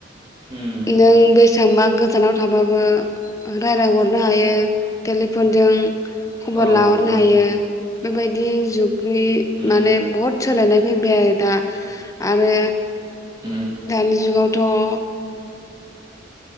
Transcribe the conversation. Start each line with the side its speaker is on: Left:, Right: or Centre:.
Right: उम
Left: नों बेसांबा गोजानाव थाबाबो रायलायहरनो हायो टेलिफनजों खबर
Right: औ
Left: लाहरनो
Right: उम
Left: हायो बेबायदि जुगनि
Right: उम
Left: माने बहत सोलायनाय फैबाय आरो दा। आरो
Right: उम
Left: दानि जुगावथ'